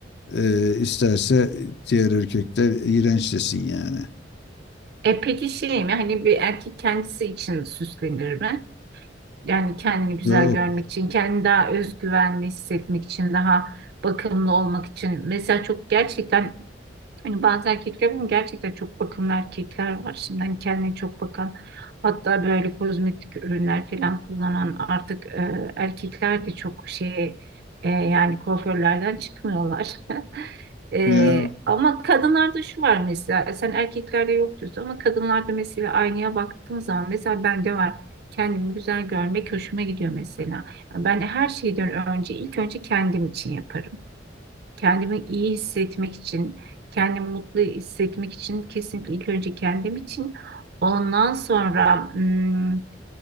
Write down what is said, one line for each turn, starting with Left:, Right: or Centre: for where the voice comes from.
Left: e, isterse diğer erkekler iğrenç desin yani.
Right: E peki şey mi hani bir erkek kendisi için süslenir mi? Yani kendini güzel
Left: Yok
Right: görmek için, kendini daha özgüvenli hissetmek için, daha bakımlı olmak için. Mesela çok gerçekten Hani bazı erkekler ama gerçekten çok bakımlı erkekler var. Şimdi hani kendine çok bakan hatta böyle kozmetik ürünler falan kullanan artık e, erkekler de çok şey e, yani kuaförlerden çıkmıyorlar. <laughs> E,
Left: ya.
Right: ama kadınlarda şu var mesela sen erkeklerde yok diyorsun ama kadınlarda mesela aynaya baktığım zaman mesela bende var. Kendimi güzel görmek hoşuma gidiyor mesela. Ben her şeyden önce ilk önce kendim için yaparım. Kendimi iyi hissetmek için, kendimi mutlu hissetmek için kesinlikle ilk önce kendim için. Ondan sonra hmm,